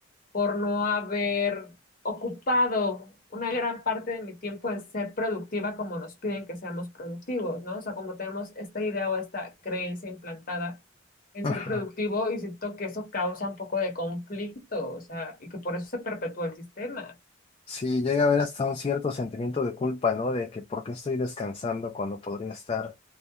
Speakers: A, on the left; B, on the left.
A: por no haber ocupado una gran parte de mi tiempo en ser productiva como nos piden que seamos productivos, ¿no? O sea, como tenemos esta idea o esta creencia implantada en
B: Ajá.
A: ser productivo y siento que eso causa un poco de conflicto, o sea, y que por eso se perpetúa el sistema.
B: Sí, llega a haber hasta un cierto sentimiento de culpa, ¿no? De que por qué estoy descansando cuando podría estar